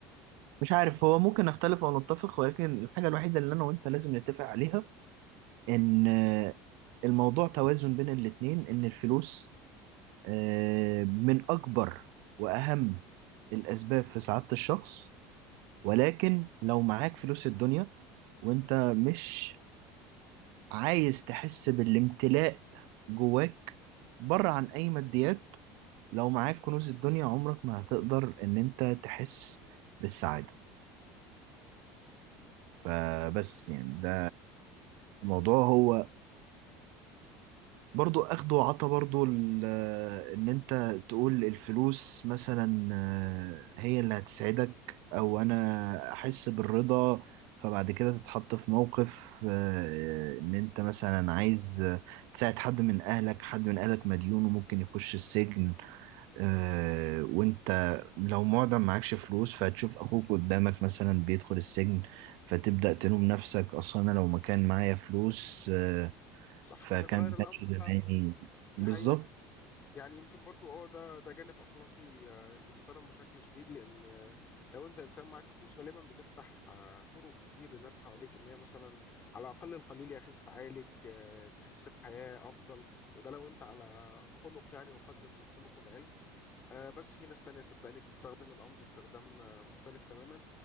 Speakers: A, on the right; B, on the left.
A: مش عارف هو ممكن نختلف او نتفق ولكن الحاجة الوحيدة اللي انا وانت لازم نتفق عليها ان آه، الموضوع توازن بين الاتنين ان الفلوس آه، من اكبر واهم الاسباب في سعادة الشخص ولكن لو معاك فلوس الدنيا وانت مش عايز تحس بالامتلاء جواك بره عن اي ماديات لو معاك كنوز الدنيا عمرك ما هتقدر ان انت تحس بالسعادة فبس يعني ده الموضوع هو برضو اخد وعطا برضو ال- ان انت تقول الفلوس مثلا آه، هي اللي هتسعدك او انا احس بالرضا فبعد كده تتحط في موقف آه، ان انت مثلا عايز آه، تساعد حد من اهلك حد من اهلك مديون وممكن يخش السجن آه، وانت لو معدم معكش فلوس فهتشوف اخوك قدامك مثلا بيدخل السجن فتبدأ تلوم نفسك اصلا انا لو ما كان معايا فلوس آه،
B: صح
A: فكان
B: كان اتغير
A: ما
B: الامر
A: كانش
B: فعلا
A: زماني بالظبط
B: دي حقيقة يعني يمكن برضو اه ده ده جانب اخلاقي آه، يحترم بشكل شديد لان آه، لو انت انسان معاك فلوس غالبا بتفتح آه، طرق كتير للناس حواليك ان هي مثلا على الاقل القليل يا اخي تتعالج آه، تحس بحياة افضل وده لو انت على خلق يعني وقدر من الخلق والعلم آه، بس في ناس تانية صدقني بتستخدم الأمر استخدام آه، مختلف تماما